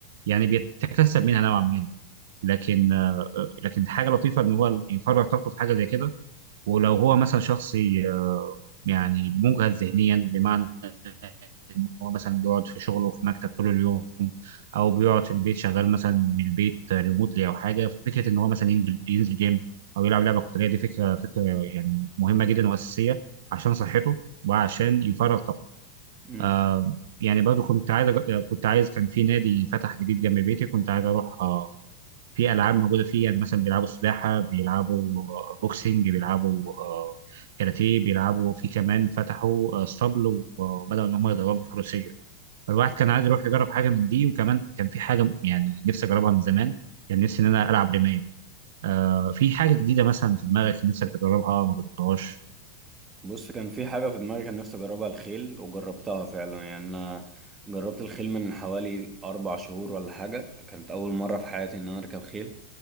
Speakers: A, on the right; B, on the right.
A: يعني بيتكسب منها نوعا ما لكن آه، آه، لكن حاجة لطيفة إن هو يفرغ طاقته في حاجة زي كده ولو هو مثلا شخص ي- آه، يعني مجهد ذهنيا بمعنى إن هو مثلا بيقعد في شغله في مكتب طول اليوم او بيقعد في البيت شغال مثلا من البيت ريموتلي او حاجه ففكره ان هو مثلا ينزل ينزل جيم او يلعب لعبه قتاليه دي فكره فكره يعني مهمه جدا واساسيه عشان صحته وعشان يفرغ طاقته
B: عليهم
A: آه يعني برضه كنت عايز أج- كنت عايز كان في نادي فتح جديد جنب بيتي كنت عايز اروح آه في العاب موجوده فيه يعني مثلا بيلعبوا سباحه بيلعبوا بوكسنج بيلعبوا آه، كاراتيه بيلعبوا في كمان فتحوا آه، اسطبل وبداوا ان هم يدربوا فروسيه فالواحد كان عايز يروح يجرب حاجه من دي وكمان كان في حاجه يعني نفسي اجربها من زمان كان نفسي ان انا العب رمايه آه، في حاجه جديده مثلا في دماغك نفسك تجربها ما جربتهاش
B: بص كان في حاجة في دماغي كان نفسي أجربها الخيل وجربتها فعلا يعني أنا جربت الخيل من حوالي أربع شهور ولا حاجة كانت أول مرة في حياتي إن أنا أركب خيل